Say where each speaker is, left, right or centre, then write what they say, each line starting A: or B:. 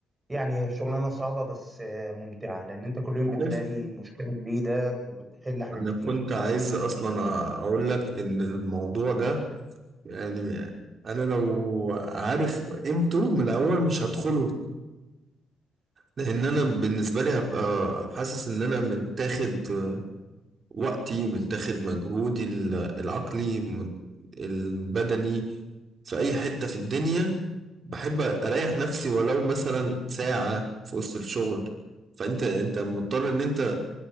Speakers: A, on the right (about 20°); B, on the right (about 45°).
A: يعني هي شغلانة صعبة بس آه، ممتعة لان انت كل يوم
B: عارف
A: بتلاقي مشكلة جديدة وبتحل حاجات
B: انا
A: كتير
B: كنت عايز اصلا اقول لك ان الموضوع ده يعني انا لو عارف قيمته من الاول مش هدخله لان انا بالنسبه لي هبقى حاسس ان انا متاخد وقتي متاخد مجهودي ال- العقلي مت- البدني في اي حته في الدنيا بحب اريح نفسي ولو مثلا ساعه في وسط الشغل فانت انت مضطر ان انت